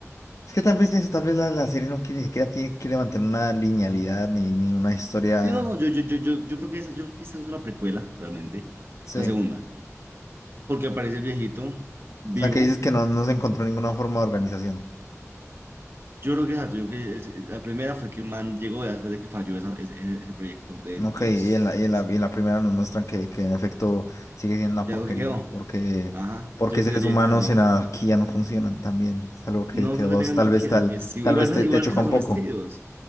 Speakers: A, on the left; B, on the right.
A: Es que tal vez eso, tal vez la, la serie no quiere, ni siquiera tiene, quiere mantener una linealidad ni, ni una historia.
B: Sí, no, no, yo, yo, yo, yo, yo creo que esa, yo creo que esa es una precuela, realmente.
A: Sí.
B: La segunda. Porque aparece el viejito vivo.
A: O sea, que dices que no, no se encontró ninguna forma de organización.
B: Yo creo que exacto, yo creo que el- la primera fue que el man llegó ya después de que falló esa- ese, ese- ese proyecto del
A: Ok,
B: Dios.
A: y en la, y en
B: Ese.
A: la, y en la primera nos muestran que, que en efecto sigue siendo una
B: Ya
A: porquería,
B: lo que quedó.
A: porque,
B: Ajá,
A: porque
B: yo creería
A: seres humanos
B: que es así.
A: en anarquía no funcionan también. Es algo que,
B: No
A: que
B: creo
A: vos
B: que tengan
A: tal
B: anarquía,
A: vez tal,
B: yo creo que sí. Igual,
A: tal vez
B: no,
A: te,
B: igual
A: te choca
B: que están
A: un
B: sometidos.
A: poco.